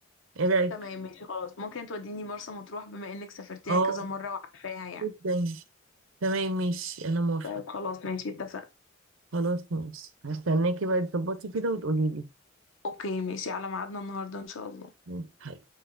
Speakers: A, on the right (about 70°); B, on the left (about 65°).
A: ايه رايك
B: تمام ماشي خلاص ممكن توديني مرسى مطروح بما انك سافرتيها
A: اه
B: كذا مرة وعارفاها يعني
A: جدا تمام ماشي انا موافقه
B: طيب خلاص ماشي اتفقنا
A: خلاص ماشي هستناكي بقى تظبطي كده وتقولي لي
B: اوكي ماشي على ميعادنا النهاردة ان شاء الله
A: ماشي.